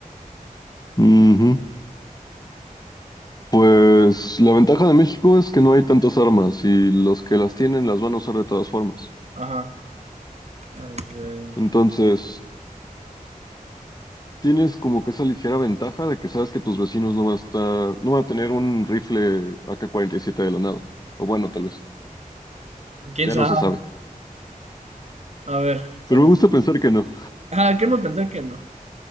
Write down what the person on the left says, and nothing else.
Ujú. Pues la ventaja de México es que no hay tantas armas y los que las tienen las van a usar de todas formas.
Entonces, tienes como que esa ligera ventaja de que sabes que tus vecinos no va a estar, no va a tener un rifle AK-47 de la nada. O bueno, tal vez,
ya
no se sabe.
Pero
me gusta pensar que no.